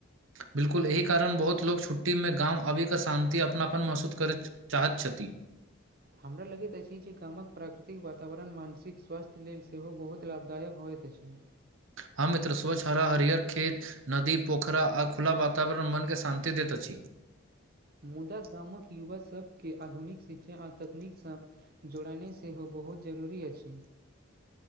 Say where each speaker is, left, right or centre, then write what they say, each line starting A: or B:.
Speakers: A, on the right (about 80°); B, on the right (about 45°).
A: बिल्कुल एहि कारण बहुत लोक छुट्टीमे गाम आबि कऽ शांति, अपनापन महसूस करैत चाहत छथि
B: हमरा लगैत अछि जे गामक प्राकृतिक वातावरण मानसिक स्वास्थ्य लेल सेहो बहुत लाभदायक होइत अछि।
A: हम मित्र स्वच्छ हरा हरिहर खेत नदी पोखरा आ खुला वातावरण मनके शान्ति दैत अछि
B: मुदा गामक युवा सबके आधुनिक शिक्षा आ तकनीकसँ जुड़नाइ सेहो बहुत जरूरी अछि।